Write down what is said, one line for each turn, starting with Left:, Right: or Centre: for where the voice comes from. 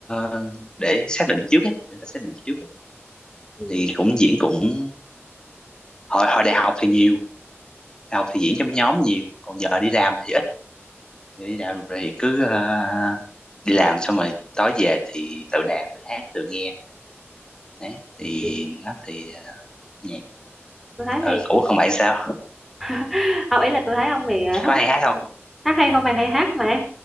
Left: ờ, để xác định trước ấy để ta xác định trước ấy.
Centre: ừ.
Left: thì cũng diễn cũng hồi hồi đại học thì nhiều học thì diễn trong nhóm nhiều còn giờ đi làm thì ít giờ đi làm thì cứ ờ, đi làm xong rồi tối về thì tự đàn tự hát tự nghe đấy thì
Centre: ừ.
Left: nó thì ờ, nhạc
Centre: Tôi thấy
Left: ừ,
Centre: này
Left: ủa còn bạn sao
Centre: <laughs> ông ý là tôi thấy ông thì ờ, hát
Left: có hay
Centre: hay
Left: hát
Centre: không
Left: không
Centre: hát hay không bằng hay hát mà